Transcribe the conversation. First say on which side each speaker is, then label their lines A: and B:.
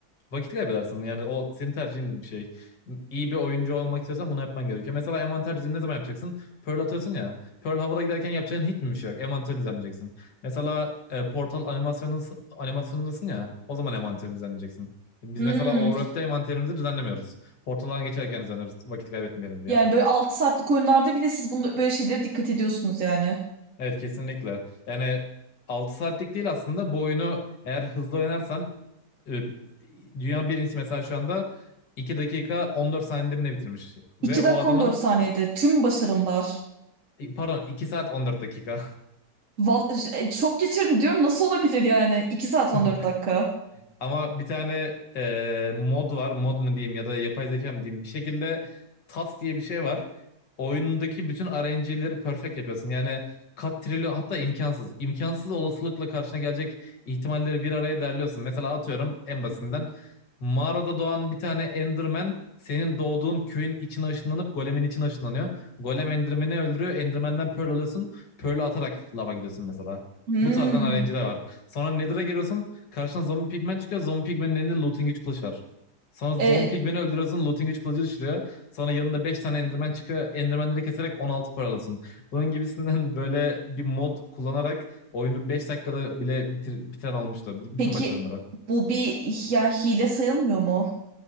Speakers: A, on the left (about 80°); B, on the right (about 50°).
A: Vakit kaybedersin. Yani o senin tercihin bir şey. İyi bir oyuncu olmak istiyorsan bunu yapman gerekiyor. Mesela envanter düzeni ne zaman yapacaksın? Pearl atıyorsun ya. Pearl havada giderken yapacağın hiç mi bir şey yok? Envanterini düzenleyeceksin. Mesela e, Portal animasyonu, animasyonundasın ya. O zaman envanterini düzenleyeceksin. Biz
B: Hmm.
A: mesela Overworld'de envanterimizi düzenlemiyoruz. Portaldan geçerken düzenliyoruz. Vakit kaybetmeyelim diye.
B: Yani böyle 6 saatlik oyunlarda bile siz bunda böyle şeylere dikkat ediyorsunuz yani.
A: Evet kesinlikle. Yani 6 saatlik değil aslında bu oyunu eğer hızlı oynarsan e, dünya birincisi mesela şu anda 2 dakika 14 saniyede mi ne bitirmiş? Ve
B: iki
A: o
B: dakika
A: adamın
B: on dört saniyede tüm başarımlar.
A: pardon 2 saat 14 dakika.
B: Val e, şok geçirin diyorum nasıl olabilir yani? 2 saat on
A: <laughs>
B: dört dakika.
A: Ama bir tane e, mod var. Mod mu diyeyim ya da yapay zeka mı diyeyim. Bir şekilde TAS diye bir şey var. Oyundaki bütün RNG'leri perfect yapıyorsun. Yani kat trilyon hatta imkansız. İmkansız olasılıkla karşına gelecek ihtimalleri bir araya derliyorsun. Mesela atıyorum en basitinden. Mağarada doğan bir tane Enderman senin doğduğun köyün içine ışınlanıp golemin içine ışınlanıyor. Golem Enderman'i öldürüyor. Enderman'den Pearl alıyorsun. Pearl'ü atarak lava gidiyorsun mesela.
B: Hmm.
A: Bu tarzdan RNG'ler var. Sonra Nether'a giriyorsun. Karşına zombi pigmen çıkıyor. Zombi pigmenin elinde looting güç kılıç var. Sonra zombi
B: E,
A: pigmeni öldürüyorsun. Looting güç kılıcı düşürüyor. Sonra yanında 5 tane enderman çıkıyor. Endermanleri keserek 16 paralasın. Bunun gibisinden <laughs> böyle bir mod kullanarak oyunu 5 dakikada bile bitir, bitiren olmuştu. B-
B: peki
A: Bütün başarımları.
B: bu bir yani hile sayılmıyor mu?